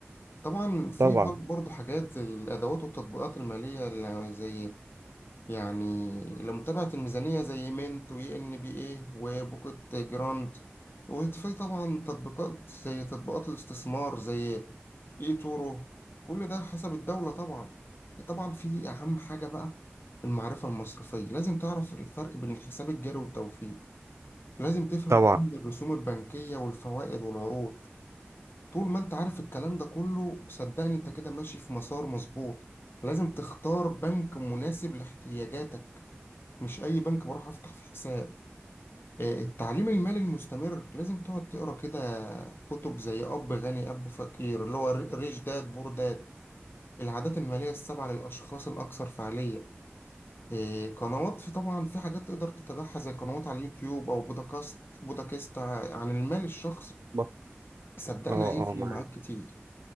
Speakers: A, on the left (about 55°); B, on the right (about 80°).
A: طبعا في
B: طبعا
A: بر- برضه حاجات زي الأدوات والتطبيقات المالية اللي زي يعني لمتابعة الميزانية زي مينت وي إن بي إيه وبوكت جراند وفي طبعا تطبيقات زي تطبيقات الاستثمار زي إي تورو كل ده حسب الدولة طبعا طبعا في أهم حاجة بقى المعرفة المصرفية لازم تعرف الفرق بين الحساب الجاري والتوفير لازم تفهم
B: طبعا
A: قيمة الرسوم البنكية والفوائد والعروض طول ما انت عارف الكلام ده كله صدقني انت كده ماشي في مسار مظبوط لازم تختار بنك مناسب لاحتياجاتك مش اي بنك بروح افتح في حساب آه، التعليم المالي المستمر لازم تقعد تقرا كده كتب زي اب غني اب فقير اللي هو ريش داد بور داد العادات المالية السبعة للاشخاص الاكثر فعالية آه، قنوات في طبعا في حاجات تقدر تتابعها زي قنوات على اليوتيوب او بودكاست بودكاست عن المال الشخصي
B: بط-
A: صدقني
B: اه
A: هيفرق
B: اه معاك
A: معاك كتير